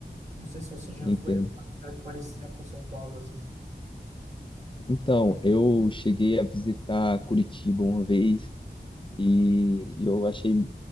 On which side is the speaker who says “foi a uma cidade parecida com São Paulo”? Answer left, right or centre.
Right